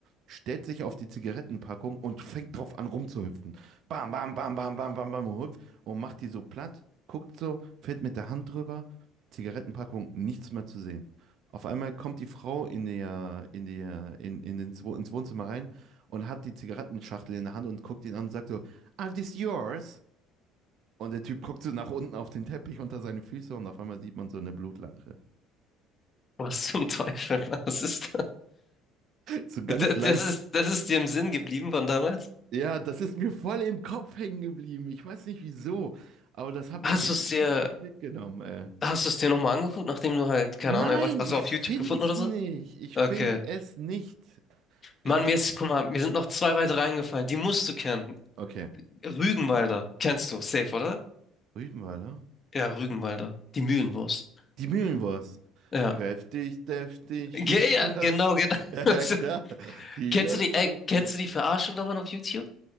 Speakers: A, on the right; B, on the left.
A: Stellt sich auf die Zigarettenpackung und fängt drauf an rumzuhüpfen. Bam, bam, bam, bam, bam, bam, bam und macht die so platt, guckt so, fährt mit der Hand drüber, Zigarettenpackung, nichts mehr zu sehen. Auf einmal kommt die Frau in der, in der, in, in den, Zwo- ins Wohnzimmer rein und hat die Zigarettenschachtel in der Hand und guckt ihn an und sagt so, Are this yours? Und der Typ guckt so nach unten auf den Teppich unter seine Füße und auf einmal sieht man so eine Blutlache. <laughs>
B: Was zum Teufel? <laughs> Was ist
A: So ganz
B: das? D-
A: leicht.
B: Das ist, das ist dir im Sinn geblieben von damals?
A: Ja, das ist mir voll im Kopf hängen geblieben. Ich weiß nicht wieso, aber das hat mich
B: Hast du es dir,
A: richtig mitgenommen, ey.
B: hast du es dir nochmal angeguckt, nachdem du halt, keine
A: Nein,
B: Ahnung, erwachsen- also
A: ich
B: auf
A: find's
B: YouTube gefunden oder
A: nicht.
B: so?
A: Ich
B: Okay.
A: find es nicht. Ich
B: Mann,
A: hab.
B: mir ist, guck mal, mir sind noch zwei weitere eingefallen. Die musst du kennen.
A: Okay.
B: Rügenwalder. Kennst du, safe, oder?
A: Rügenwalder?
B: Ja, Rügenwalder. Die Mühlenwurst.
A: Die Mühlenwurst.
B: Ja.
A: Kräftig, deftig,
B: Ge-
A: wie
B: Ja,
A: das.
B: genau, genau.
A: <laughs> Ja,
B: <laughs>
A: klar. Wie
B: Kennst
A: das
B: du die, ey,
A: duftet.
B: kennst du die Verarschung davon auf YouTube?